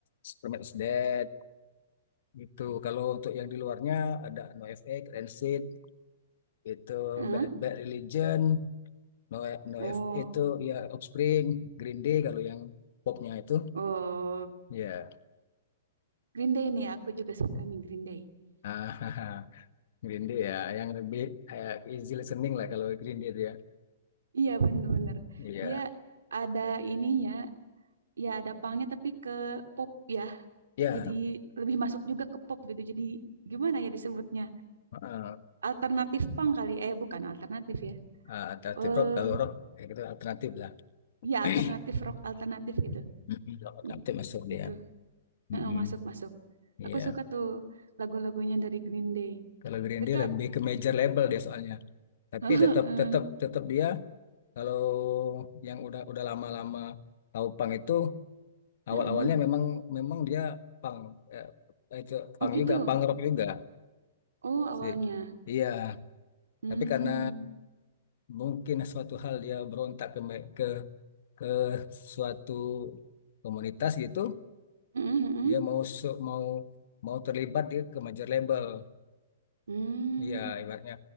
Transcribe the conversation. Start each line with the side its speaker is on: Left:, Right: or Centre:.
Left: Superman is Dead Gitu. Kalau untuk yang di luarnya ada NoFX, Rancid, itu
Right: Heeh.
Left: Bad, Bad Religion, No NoFX
Right: Oh.
Left: itu ya Offspring, Green Day kalau yang popnya itu
Right: Oh,
Left: ya
Right: Green Day nih, aku juga suka nih Green Day.
Left: ah, <laughs> Green Day ya yang lebih kayak easy listening lah kalau Green Day itu ya.
Right: Iya bener-bener,
Left: Iya.
Right: dia ada ininya, ya ada punknya tapi ke pop ya,
Left: Ya,
Right: jadi lebih masuk juga ke pop gitu. Jadi gimana ya disebutnya?
Left: heeh.
Right: Alternatif punk kali, eh bukan alternatif ya.
Left: Ah, alternatif
Right: Eh,
Left: rock kalau rock kayak gitu alternatif lah.
Right: ya
Left: <clears throat>
Right: alternatif rock alternatif gitu,
Left: Mm-mm, rock Alternatif
Right: Ya,
Left: masuk
Right: gitu.
Left: dia. Mm-mm,
Right: Heeh, masuk masuk.
Left: Iya.
Right: Aku suka tuh lagu-lagunya dari Green Day.
Left: Kalau Green
Right: Kakak,
Left: Day lebih ke major label dia soalnya. Tapi
Right: <laughs> heeh,
Left: tetap tetap tetap dia Kalau yang udah udah lama-lama tahu pang itu awal-awalnya
Right: heeh.
Left: memang memang dia pang eh, itu pang
Right: Oh gitu.
Left: juga pang rock juga
Right: Oh awalnya.
Left: sih. Iya,
Right: Hmm.
Left: tapi karena mungkin suatu hal dia berontak ke me- ke ke suatu komunitas gitu,
Right: Heeh, heeh.
Left: dia mau su- mau mau terlibat di ke major label.
Right: Hmm,
Left: Iya, ibaratnya